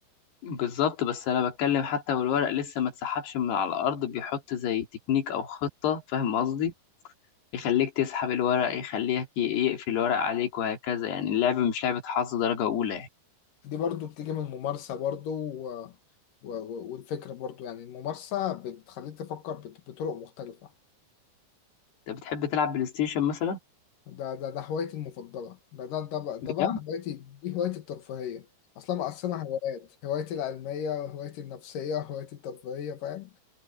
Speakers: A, on the left; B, on the left.
A: بالظبط بس انا بتكلم حتى والورق لسه ما اتسحبش من على الارض بيحط زي تكنيك او خطة فاهم قصدي يخليك تسحب الورق يخليك ي- يقفل الورق عليك وهكذا يعني اللعبة مش لعبة حظ درجة اولى يعني
B: دي برضو بتيجي من الممارسة برضو و... و... و- والفكرة برضو يعني الممارسة بتخليك تفكر بط- بطرق مختلفة
A: انت بتحب تلعب بلاي ستيشن مثلا
B: ده ده ده هوايتي المفضلة ده ده ده بقى,
A: بجد
B: ده بقى هوايتي دي هوايتي الترفيهية أصلا مقسمة هوايات هوايتي العلمية وهوايتي النفسية وهوايتي الترفيهية فاهم